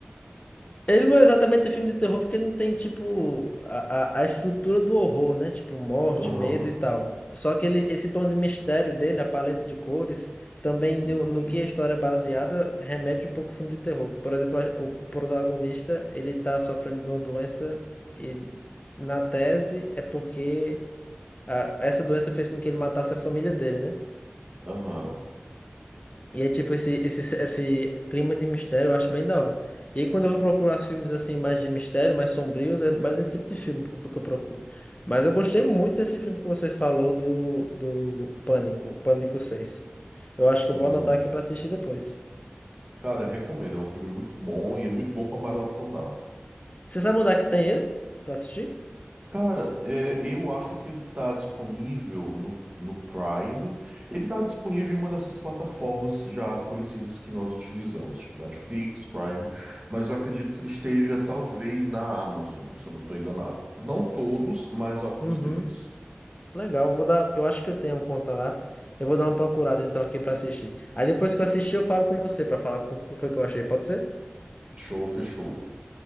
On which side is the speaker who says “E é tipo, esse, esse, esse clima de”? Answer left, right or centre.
Left